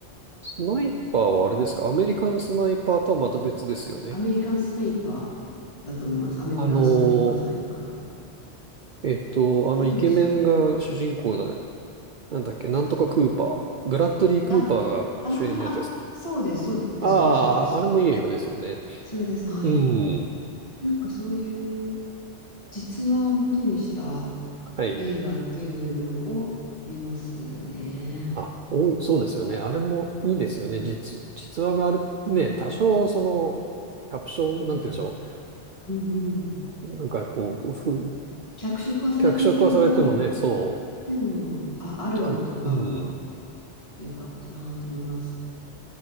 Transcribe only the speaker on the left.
そうアメリカンスナイパーだと思います。アメリカンスナイパーじゃないかな。
ただのスナイパー。
あ、あーあ、そうです、そうです、
そうです、そうです。
それです、はい。
なんかそういう実話を元にした
映画っていうのを見ますね。
うん、
そう。
うん、
うん、うん。
脚色はされていても、
でも、あ、アルゴとかも
良かったなと思います。